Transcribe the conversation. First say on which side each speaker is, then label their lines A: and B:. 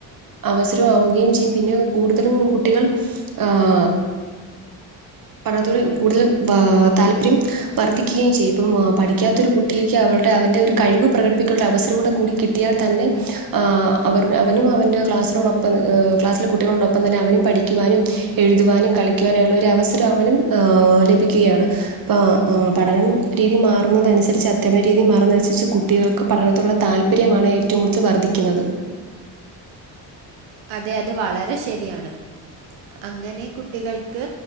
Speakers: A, on the right (about 40°); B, on the right (about 80°).
A: അവസരവും ആവുകയും ചെയ്യും പിന്നെ കൂടുതലും കുട്ടികൾ ആഹ് പഠനത്തോട് കൂടുതൽ താല്പര്യം വർദ്ധിക്കുകയും ചെയ്യും ഇപ്പ പഠിക്കാത്തൊരു കുട്ടിക്ക് അവളുടെ അവന്റെ ഒരു ഒരു കഴിവ് പ്രകടിപ്പിക്കാനൊരു അവസരം കൂടെ കൂടി കി കിട്ടിയാൽ തന്നെ അവർ അവനും അവന്റെ ക്ലാസിനോടൊപ്പം ക്ലാസ്സിലെ കുട്ടികളോടൊ പ്പം തന്നെ അവനും പഠിക്കുവാനും എഴുതുവാനും കളിക്കുവാനും ഉള്ള ഒരു അവസരം അവനും ലഭിക്കുകയാണ് ഇപ്പം പഠനം രീതി മാറുന്നതനുസരിച്ച് അധ്യയന രീതി മാറുന്നനുസരിച്ച് കുട്ടികൾക്ക് പഠനത്തിലുള്ള താ ല്പര്യമാണ് ഏറ്റവും കൂടുതൽ വർദ്ധിക്കുന്നത്
B: അതെ അത് വളരെ ശരിയാണ് അങ്ങനെ കുട്ടികൾക്ക്